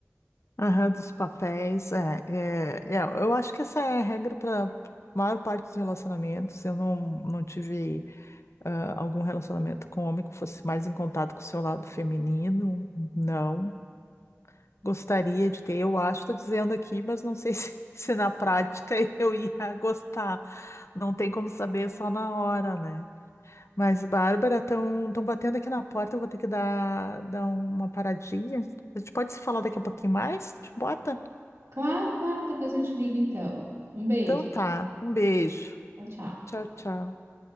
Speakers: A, on the left; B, on the right.
A: Aham, dos papéis, é, é, é, eu acho que essa é a regra para maior parte dos relacionamentos. Eu não, não tive ah, algum relacionamento com homem que fosse mais em contato com o seu lado feminino, não. Gostaria de ter, eu acho, estou dizendo aqui, mas não sei se, <laughs> se na prática <laughs> eu ia gostar. Não tem como saber é só na hora, né? Mas, Bárbara, estão estão batendo aqui na porta, eu vou ter que dar, dar uma paradinha. A gente pode se falar daqui a pouquinho mais? Te bota?
B: Claro, claro, depois eu te ligo então. Um beijo.
A: Então tá, um beijo.
B: Tchau, tchau.
A: Tchau, tchau.